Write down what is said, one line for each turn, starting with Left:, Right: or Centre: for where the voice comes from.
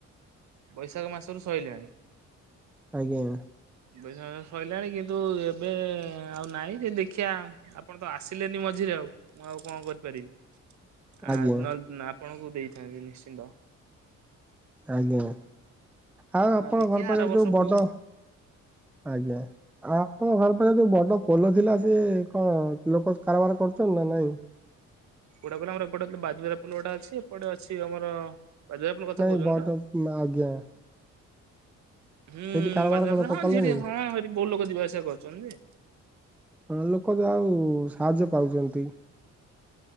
Right: ବୈଶାଖ ମାସରୁ ସଇଲାଣି।
Centre: ଆଜ୍ଞା।
Right: ବୈଶାଖ ମାସରୁ ସଇଲାଣି କିନ୍ତୁ ଏବେ ଆଉ ନାହିଁ ଯଦି ଦେଖିଆ ଆପଣ ତ ଆସିଲେନି ମଝିରେ ଆଉ ମୁଁ ଆଉ କଣ କରିପାରିବି?
Centre: ଆଜ୍ଞା
Right: ଆଉ ନହେଲେ ଆପଣଙ୍କୁ ଦେଇଥାନ୍ତି ନିଶ୍ଚିତ।
Centre: ଆଜ୍ଞା। ଆଉ
Right: ଆ
Centre: ଆପଣଙ୍କ
Right: ଦେଖିଆ
Centre: ଘର ପାଖରେ
Right: ଆର ବର୍ଷକୁ
Centre: ଯୋଉ ବଡ ଆଜ୍ଞା ହଁ। ଆପଣଙ୍କ ଘର ପାଖରେ ଯୋଉ ବଡ ପୋଲ ଥିଲା ସିଏ କଣ ଲୋକ କାର ବାର କରୁଛନ୍ତି ନା ନାଇଁ?
Right: କୋଉଟା କହିଲ ଆମର ଏପଟେ ବାଜି ରାଉତ ପୋଲଟା ଅଛି ଏପଟେ ଅଛି ଆମର ବାଜି ରାଉତ କଥା ଆପଣ
Centre: ନାଇଁ
Right: କହୁଛନ୍ତି
Centre: ବଡ
Right: ପା?
Centre: ଆଜ୍ଞା
Right: ହୁଁ
Centre: ସେଇଠି କାରବାର
Right: ବାଜାଜର
Centre: ଲୋକ କଲେଣି?
Right: ହଁ ବୋହୁତ ଲୋକ ଯିବା ସିଆ କରୁଛନ୍ତି ଯେ
Centre: ହଁ ମୁଁ କହିଲି ଆଉ ସାହାଯ୍ୟ ପାଉଛନ୍ତି କି?